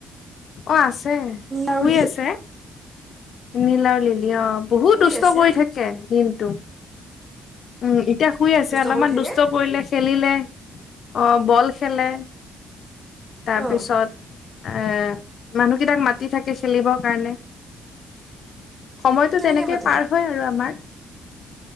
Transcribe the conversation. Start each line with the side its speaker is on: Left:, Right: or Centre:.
Left: অ আছে তে
Right: আৰু
Left: শুই আছে। নিলাউ লিলিআউ বহুত
Right: শুই
Left: দুষ্ট
Right: আছে
Left: কৰি থাকে দিনটো। উম, উ। এতিয়া শুই আছে,
Right: দুষ্ট
Left: অলপমান
Right: কৰি থাকে
Left: দুষ্ট কৰিলে, খেলিলে। অ', বল খেলে। তাৰপিছত
Right: অঁ
Left: আ মানুহকেইটাক মাতি থাকে খেলিবৰ কাৰণে। সময়তটো
Right: কেনেকৈ
Left: তেনেকেই
Right: মাতে
Left: পাৰ হয় আৰু আমাৰ।